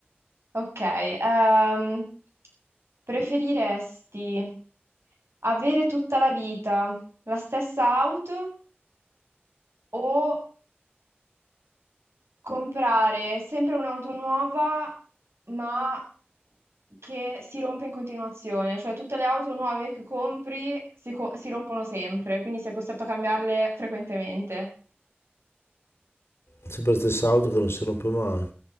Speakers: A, on the right (about 85°); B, on the left (about 85°).
A: Ok. ehm, preferiresti avere tutta la vita la stessa auto? o comprare sempre un'auto nuova, ma che si rompe in continuazione, cioè tutte le auto nuove che compri si, co- si rompono sempre, quindi sei costretto a cambiarle frequentemente.
B: Sempre la stessa auto che non si rompe mai.